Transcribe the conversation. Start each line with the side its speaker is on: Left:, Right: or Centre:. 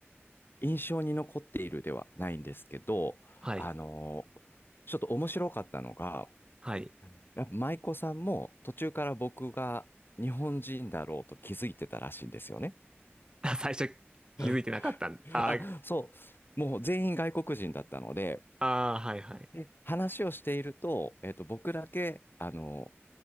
Left: 印象に残っているではないんですけど、
Right: はい。
Left: あのーちょっと面白かったのが、
Right: はい。
Left: やっぱ舞妓さんも途中から僕が日本人だろうと気づいてたらしいんですよね。
Right: <laughs> あ最初気づいてなかったん。
Left: <laughs>
Right: あ
Left: あ、そう。もう全員外国人だったので、
Right: あー、はいはい。
Left: で、話をしていると、えっと、僕だけ、あの、